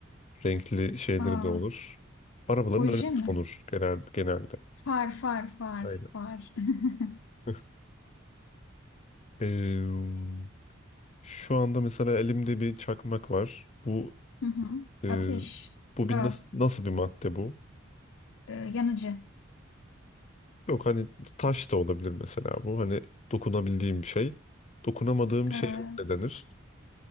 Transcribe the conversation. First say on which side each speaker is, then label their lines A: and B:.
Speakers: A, on the left; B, on the left.
A: renkli şeyleri
B: Aa,
A: de olur. Arabaların
B: oje
A: önünde
B: mi?
A: olur genel, genelde.
B: Far, far, far,
A: Aynen.
B: far. <laughs>
A: <laughs> Eee, şu anda mesela elimde bir çakmak var. Bu
B: Hı hı.
A: eee,
B: Ateş,
A: bu
B: gaz,
A: bir nasıl, nasıl bir madde bu?
B: e, yanıcı,
A: Yok hani taş da olabilir mesela bu. Hani dokunabildiğim bir şey. Dokunamadığım bir
B: E,
A: şeye ne denir?